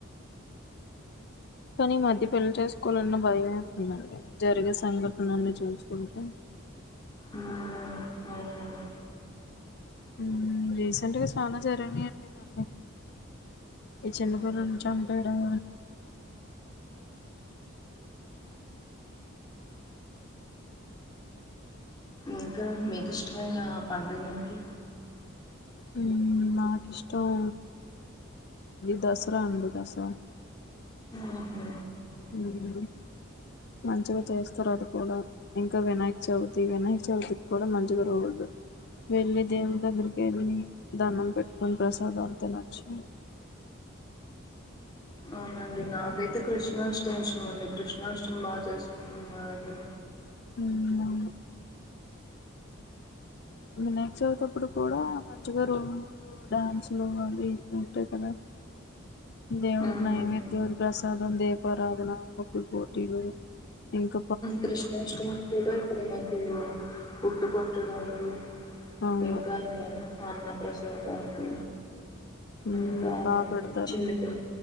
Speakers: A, on the left; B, on the left.
A: కానీ ఈ మధ్య పెళ్లి చేసుకోవాలన్న భయమేస్తుందండి జరిగే సంఘటనలను చూస్తుంటే
B: ఉమ్, అవునండి
A: ఉమ్ రీసెంట్గా చానా జరిగినాయ్ అండి ఇవ్వన్ని ఈ చిన్న
B: ఉమ్,
A: పిల్లల్ని చంపేయడం
B: ఇంకా మీకు ఇష్టమైన పండుగ ఏంటి
A: ఉమ్ నాకిష్టం ఈ దసరా అండి దసరా
B: ఊహు.
A: ఉమ్ మంచిగా చేస్తారు అది కూడా ఇంకా వినాయక చవితి వినాయక చవితికి కూడా మంచిగ రోజు వెళ్ళి దేవున్దగ్గరికి వెళ్ళి దన్నం పెట్టుకొని ప్రసాదాలు తినచ్చు
B: అవునండి నాకైతే కృష్ణాష్టమి ఇష్టం అండి కృష్ణాష్టమి బా చేసుకుంటుం మా దగ్గర
A: ఉమ్ అవును వినాయక చవితప్పుడు కూడా మంచిగ రోజు డాన్సులు అవి ఇవి ఉంటయి కదా దేవునికి
B: ఉమ్,
A: నైవేద్యం ప్రసాదం దీపారాధన ముగ్గుల పోటీలు ఇంక
B: కృష్ణాష్టమి కూడా ఇక్కడ మీకు ఉట్టి కొట్టడాలు
A: అవును
B: ఇంకా ఏంటంటే అన్న ప్రసాదాలు
A: ఉమ్
B: ఇంకా
A: బాగా పెడతారు
B: చిన్నపిల్ల